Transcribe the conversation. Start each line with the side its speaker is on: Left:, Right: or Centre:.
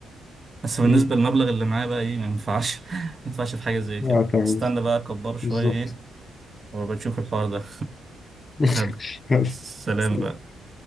Right: بس بالنسبة
Left: مم.
Right: للمبلغ اللي معايا بقى ايه ما ينفعش <laughs> ما ينفعش في حاجة زي كده
Left: اه تمام
Right: استنى بقى اكبر شوية
Left: بالظبط
Right: ايه وبشوف الحوار ده <laughs>
Left: <laughs>
Right: هبقى سلام بقى